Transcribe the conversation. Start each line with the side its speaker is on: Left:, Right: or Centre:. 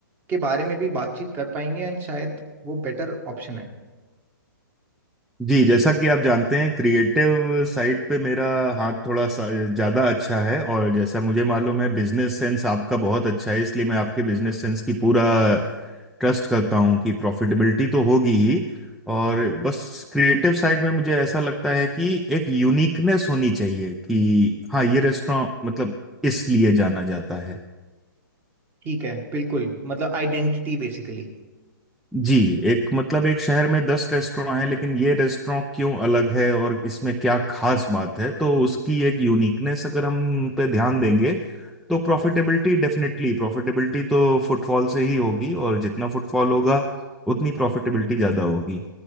Right: के बारे में भी बातचीत कर पाएंगे एंड शायद वो बेटर ऑप्शन है
Centre: जी जैसा कि आप जानते हैं क्रिएटिव साइड पे मेरा हाथ थोड़ा सा ज़्यादा अच्छा है और जैसा मुझे मालूम है बिजनेस सेंस आपका बहुत अच्छा है इसलिए मैं आपके बिजनेस सेंस की पूरा ट्रस्ट करता हूँ कि प्रॉफिटेबिलिटी तो होगी ही और बस क्रिएटिव साइड में मुझे ऐसा लगता है कि एक यूनिकनेस होनी चाहिए कि हाँ ये रेस्टोरेंट मतलब इसलिए जाना जाता है
Right: ठीक है बिल्कुल मतलब आइडेंटिटी बेसिकली
Centre: जी एक मतलब एक शहर में दस रेस्टोरेंट हैं लेकिन ये रेस्टोरेंट क्यों अलग है और इसमें क्या खास बात है तो उसकी एक यूनिकनेस अगर हम पे ध्यान देंगे तो प्रॉफिटेबिलिटी डेफिनेटली प्रॉफिटेबिलिटी तो फुटफॉल से ही होगी और जितना फुटफॉल होगा उतनी प्रॉफिटेबिलिटी ज्यादा होगी